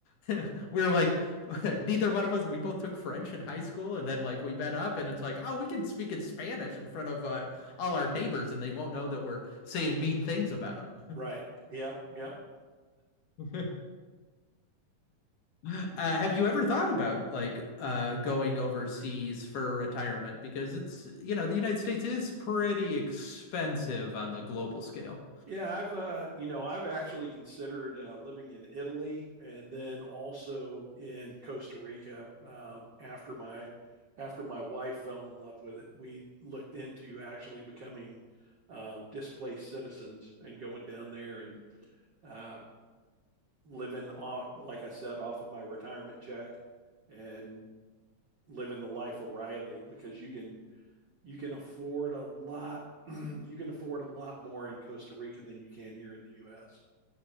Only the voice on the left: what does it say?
<laughs> we were like <laughs> neither one of us. We both took French in high school, and then like we met up, and it's like oh we can speak in Spanish in front of uh, all our neighbors, and they won't know that we're saying mean things about
them. <laughs> Uh, have you ever thought about like uh, going overseas for retirement? Because it's, you know, the United States is pretty expensive on the global scale.